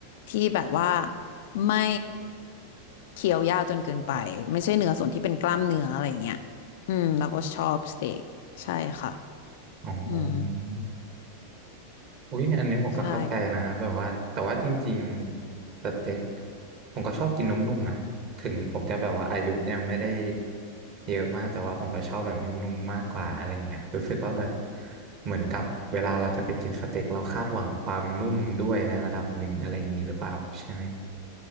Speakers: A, on the left; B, on the right.
A: ที่แบบว่าไม่เคี้ยวยากจนเกินไปไม่ใช่เนื้อส่วนที่เป็นกล้ามเนื้ออะไรอย่างเงี้ยอืมแล้วก็ชอบสเต็กใช่ค่ะ
B: อ๋อ
A: อืม
B: อุ๊ยอันนี้ผมก็เข้าใจนะแบบว่าแต่ว่าจริงๆสเต็ก
A: ใช่
B: ผมก็ชอบกินนุ่มๆนะถึงผมจะแบบว่าอายุยังไม่ได้เยอะมากแต่ว่าผมก็ชอบแบบนุ่มๆมากกว่าอะไรเงี้ยรู้สึกว่าแบบเหมือนกับเวลาเราจะไปกินสเต็กเราคาดหวังความนุ่มด้วยในระดับหนึ่งอะไรอย่างนี้หรือเปล่าใช่ไหม